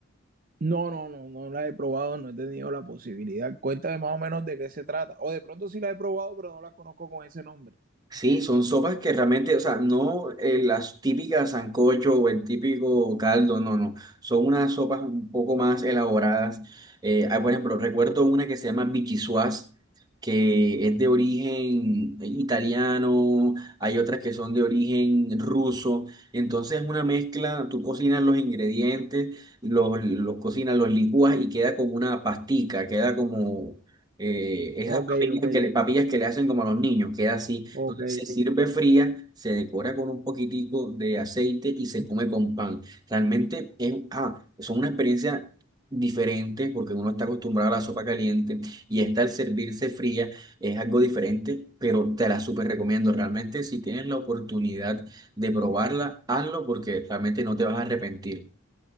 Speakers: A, on the right; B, on the right.
A: No, no, no, no la he probado, no he tenido la posibilidad. Cuéntame más o menos de qué se trata. O de pronto sí la he probado, pero no la conozco con ese nombre.
B: Sí, son sopas que realmente, o sea, no eh, las típicas sancocho o el típico caldo, no, no. Son unas sopas un poco más elaboradas. Eh, ah, por ejemplo, recuerdo una que se llama bichisuas, que es de origen italiano, hay otras que son de origen ruso. Entonces es una mezcla, tú cocinas los ingredientes, los, los cocinas, los licúas y queda como una pastica, queda como... eh, esas
A: Ok,
B: papillas
A: ok,
B: que le, papillas que le hacen como a los niños, queda así.
A: ok.
B: Entonces se sirve fría, se decora con un poquitico de aceite y se come con pan. Realmente es, ah, son una experiencia diferente porque uno está acostumbrado a la sopa caliente y esta al servirse fría es algo diferente, pero te la súper recomiendo. Realmente si tienes la oportunidad de probarla, hazlo porque realmente no te vas a arrepentir.